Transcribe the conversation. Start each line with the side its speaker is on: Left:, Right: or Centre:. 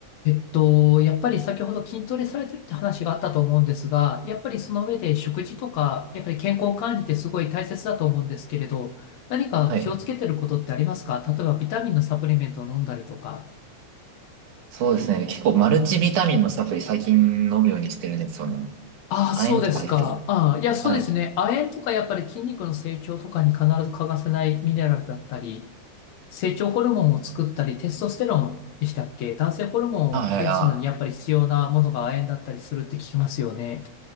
Left: えっと、やっぱり先ほど筋トレされてるって話があったと思うんですが、やっぱりその上で食事とか、やっぱり健康管理ってすごい大切だと思うんですけれど、何か気をつけてることってありますか例えばビタミンのサプリメントを飲んだりとか。
Right: はい。そうですね。結構マルチビタミンのサプリ最近飲むようにしてるんですよね。
Left: ああ、
Right: 亜鉛とか入ってる。
Left: そうですか。ああ、いや、そうですね。
Right: はい。
Left: 亜鉛とかやっぱり筋肉の成長とかに必ず欠かせないミネラルだったり、成長ホルモンを作ったり、テストステロンでしたっけ男性ホルモンを増やすのにやっぱり必要なものが亜鉛だったりするって聞きますよね。
Right: はいはい、あ、